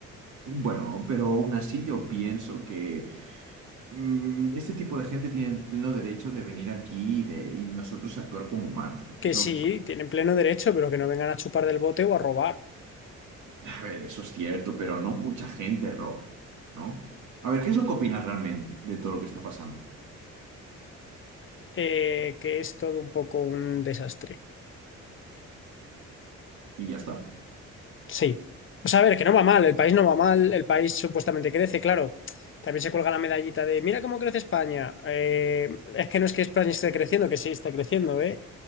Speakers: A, on the right; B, on the left.
A: Bueno, pero aún así yo pienso que mm, este tipo de gente tiene el pleno derecho de venir aquí y, de, y nosotros actuar como humanos, porque
B: Que
A: es
B: sí,
A: lo que son.
B: tienen pleno derecho, pero que no vengan a chupar del bote o a robar,
A: A ver, eso es cierto, pero no mucha gente roba, ¿no? A ver, ¿qué es lo que opinas realmente de todo lo que está pasando?
B: Eh, que es todo un poco un desastre.
A: Y ya está.
B: Sí. O sea, a ver, que no va mal, el país no va mal, el país supuestamente crece, claro. También se cuelga la medallita de, mira cómo crece España. Eh, es que no es que España esté creciendo, que sí está creciendo, ¿eh?